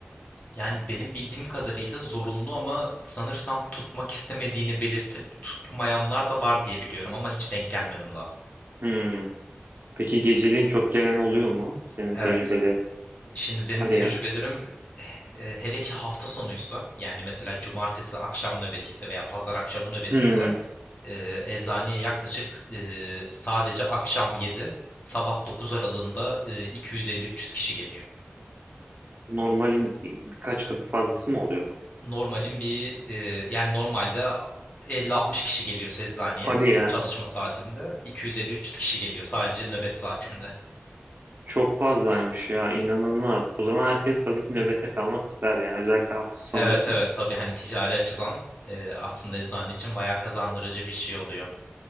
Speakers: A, on the left; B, on the right.
A: Yani benim bildiğim kadarıyla zorunlu ama sanırsam tutmak istemediğini belirtip tutmayanlar da var diye biliyorum ama hiç denk gelmedim daha.
B: Hmm. Peki geceliğin çok gelen oluyor mu? Senin
A: Evet.
B: tecrübelerin.
A: Şimdi benim
B: Hadi
A: tecrübelerim
B: ya.
A: e, hele ki hafta sonuysa yani mesela cumartesi akşam nöbetiyse veya pazar akşamı nöbetiyse
B: Hmm.
A: e, eczaneye yaklaşık e, sadece akşam 7, sabah 9 aralığında e, 250-300 kişi geliyor.
B: Normalin birkaç katı fazlası mı oluyor bu?
A: Normalin bir e, yani normalde 50-60 kişi geliyor eczaneye
B: Hadi ya.
A: çalışma saatinde. 250-300 kişi geliyor sadece nöbet saatinde. <laughs>
B: Çok fazlaymış ya. inanılmaz. O zaman herkes tabii ki nöbete kalmak ister yani. Özellikle hafta sonu.
A: Evet evet tabii hani ticari açıdan e, aslında eczane için bayağı kazandırıcı bir şey oluyor.